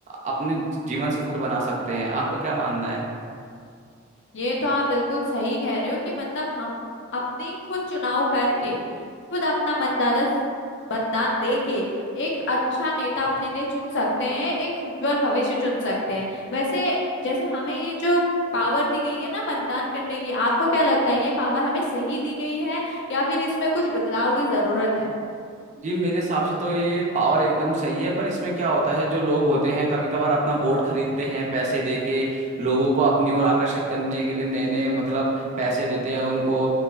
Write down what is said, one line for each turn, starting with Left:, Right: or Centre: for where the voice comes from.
Right: अपने जीवन सफल बना सकते हैं आपका क्या मानना
Left: ये तो आप बिल्कुल सही कह रहे हो कि मतलब हम अपनी खुद चुनाव करके खुद अपना मतदाता मतदान दे के एक अच्छा नेता अपने लिए चुन सकते हैं एक उज्जवल भविष्य चुन सकते हैं वैसे जैसे हमें ये जो पावर दी गई है ना मतदान करने की आपको क्या लगता है ये पावर हमें सही दी गई है या फिर इसमें कुछ बदलाव की जरूरत है
Right: जी मेरे हिसाब से तो ये पावर एकदम सही है पर इसमें क्या होता है जो लोग होते हैं कभी कभार अपना वोट खरीदते हैं पैसे देके लोगों को अपनी ओर आकर्षित करने के लिए नए नए मतलब पैसे देते हैं उनको